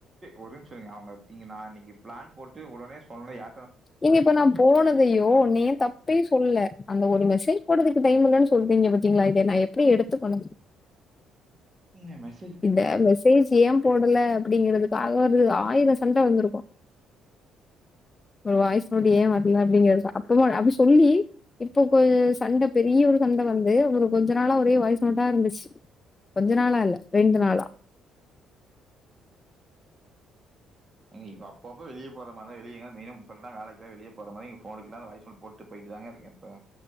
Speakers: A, on the right (about 35°); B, on the left (about 25°).
A: ஒரே நிமிஷம் இருங்க அவுங்க இங்க நா நீங்க பிளான் போட்டு உடனே சொன்னேயா
B: ஏங்க இப்ப நான் போனதையோ நீங்க தப்பே சொல்லல அந்த ஒரு மெசேஜ் போடுறதுக்கு டைம் இல்லன்னு சொல்டீங்க பத்தீங்களா இத நா எப்டி எடுத்துக்கனும்
A: உண்மையா என்னாச்
B: இந்த மெசேஜ் ஏன் போடல அப்படிங்கிறதுக்காக ஒரு ஆயிரம் சண்ட வந்திருக்கும் ஒரு வாய்ஸ் நோட்ஸ் ஏன் வரல அப்டிங்கிற அப்பவுமே அப்டி சொல்லி இப்போ ஒரு சண்ட பெரிய ஒரு சண்ட வந்து ஒரு கொஞ்ச நாளா ஒரே வாய்ஸ்நோட்டா இருந்துச்சு கொஞ்ச நாளா இல்ல ரெண்டு நாளா
A: ஏங்க இப்ப அப்பப்ப வெளிய போற மார்தான் வெளிய மெயினா இப்பல்லா வேலைக்தான் வெளிய போற மாரி‌ போனுக்குலா வாய்ஸ் நோட்ஸ் போட்டு போய்ட்டு தாங்க இருக்க இப்ப